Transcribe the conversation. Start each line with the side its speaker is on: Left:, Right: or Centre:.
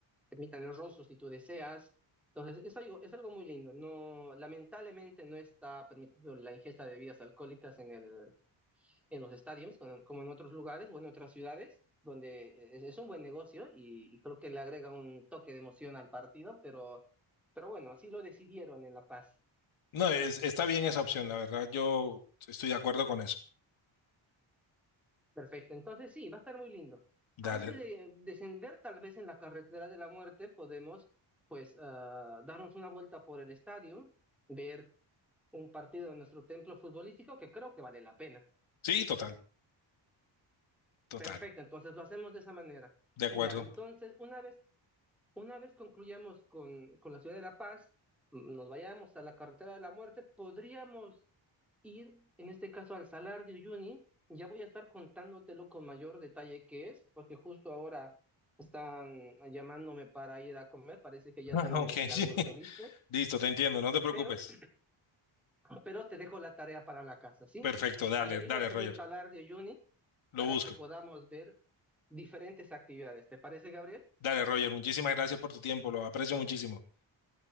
Centre: te pintan el rostro si tú deseas. Entonces, es algo, es algo muy lindo. No, lamentablemente no está permitido la ingesta de bebidas alcohólicas en el, en los estadios, con- como en otros lugares o en otras ciudades, donde es, es un buen negocio y, y creo que le agrega un toque de emoción al partido, pero, pero bueno, así lo decidieron en La Paz.
Left: No, es- está bien esa opción, la verdad, yo estoy de acuerdo con eso.
Centre: Perfecto. Entonces, sí, va a estar muy lindo.
Left: Dale,
Centre: Antes de descender, tal vez en la carretera de la muerte, podemos, pues, ah, darnos una vuelta por el estadio, ver un partido de nuestro templo futbolístico que creo que vale la pena.
Left: sí, total, total,
Centre: Perfecto, entonces lo hacemos de esa manera.
Left: de acuerdo.
Centre: Ya, entonces una vez, una vez concluyamos con, con la ciudad de La Paz, m- nos vayamos a la carretera de la muerte, podríamos ir, en este caso, al Salar de Uyuni. Ya voy a estar contándotelo con mayor detalle qué es, porque justo ahora están llamándome para ir a comer, parece que ya
Left: Ah,
Centre: tienen
Left: ok, <laughs>
Centre: el
Left: sí.
Centre: almuerzo listo,
Left: listo, te entiendo, no te preocupes.
Centre: pero, <clears throat> pero te dejo la tarea para la casa, ¿sí?
Left: Perfecto, dale,
Centre: Averigua
Left: dale,
Centre: qué
Left: Roger,
Centre: es el Salar de Uyuni
Left: lo
Centre: para
Left: busco.
Centre: que podamos ver diferentes actividades. ¿Te parece, Gabriel?
Left: Dale, Roger, muchísimas gracias por tu tiempo, lo aprecio muchísimo.